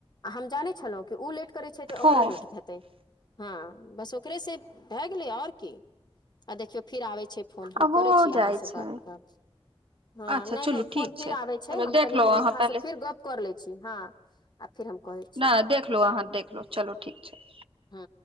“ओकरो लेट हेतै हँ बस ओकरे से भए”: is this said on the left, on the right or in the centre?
Left